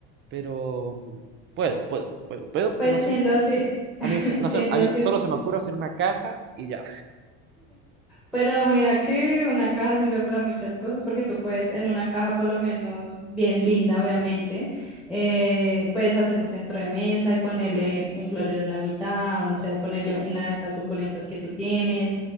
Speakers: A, on the right; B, in the centre.
A: Pero mm, puedo, puedo, puedo, puedo,
B: Pues
A: pero no sé,
B: siendo así,
A: A
B: <laughs>
A: mí, no
B: siendo
A: se- a
B: así,
A: mí solo se me ocurre hacer una caja y ya.
B: Pero mira que una caja sirve para muchas cosas porque tú puedes en una caja por lo menos bien linda, obviamente, eh, puedes hacer un centro de mesa y ponerle un florero en la mitad o no sé, o ponerle una de estas suculentas que tú tienes.